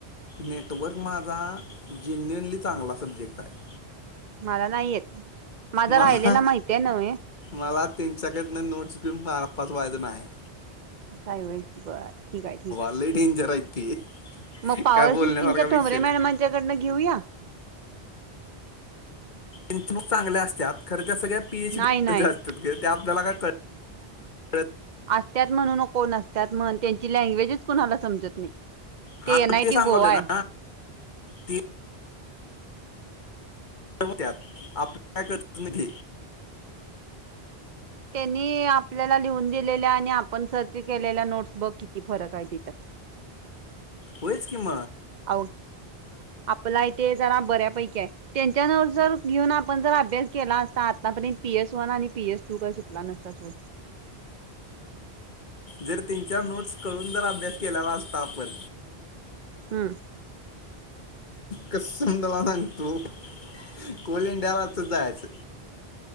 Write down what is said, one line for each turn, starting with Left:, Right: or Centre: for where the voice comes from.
Left: नेटवर्क माझा जेन्युअनली चांगला सब्जेक्ट आहे.
Right: मला नाही येत. माझा
Left: मला
Right: राहिलेला माहिती आहे नव्हे
Left: मला त्यांच्याकडनं नोट्स घेऊन मार च वयद नाही आहे.
Right: अस हाय वय बर ठीक आहे ठीक आहे.
Left: लय डेंजर आहे ते
Right: मग पॉवर
Left: काय बोलण्यासारखा
Right: सिस्टीमच्या
Left: विषय
Right: तोमरे
Left: नाही
Right: मॅडमांच्याकडन घेऊया.
Left: इ चांगल्या असत्यात खर. सगळ्या पीएच
Right: नाही
Left: डी
Right: नाही
Left: असतात ग त्या आपल्याला काय क
Right: असत्याात म्हणू नको नसत्यात म्हण त्यांची लँग्वेजच कुणाला समजत नाही.
Left: हा
Right: एन आय
Left: ते
Right: टी
Left: सांगवले
Right: गोवा आहे
Left: ना ते. आपल्या काय करत घी
Right: त्यांनी आपल्याला लिहून दिलेल्या आणि आपण सर्च केलेल्या नोट्स बघ किती फरक आहे तिथं.
Left: होयच कि म
Right: अव आपला आई टी आय जरा बऱ्यापैकी ये जर घेऊन आपण आपण जर अभ्यास केला असता आतापर्यंत पीएस वन आणि पीएस टू काय सुटला नसता सोड.
Left: जर त्यांच्या नोटस कळून जर अभ्यास केलेला असता आपण
Right: हम्म.
Left: कसंदला सांगतो. कोलीन डावाज सुद्धाच.